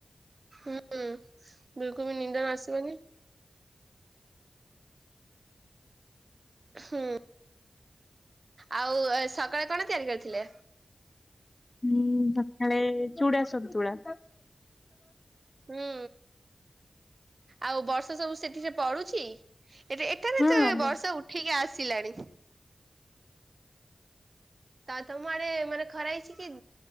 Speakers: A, on the right; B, on the left.
A: ହୁଁ ବିଲକୁଲ ବି ନିଦ ନ ଆସିବନି। ହୁଁ ଆଉ ସକାଳେ କଣ ତିଆରି କରିଥିଲେ?
B: ହୁଁ ସକାଳେ ଚୁଡା ସନ୍ତୁଳା।
A: ହୁଁ। ଆଉ ବର୍ଷ ସବୁ ସେଠି ରେ ପଡୁଚି? ଏଠି ଏଟା ବି
B: ହଁ
A: ତ ଏବେ ବର୍ଷା ଉଠିକି ଆସ ଆସିଲାଣି। ତା ତମ ଆଡେ ମାନେ ଖରା ହେଇଛି କି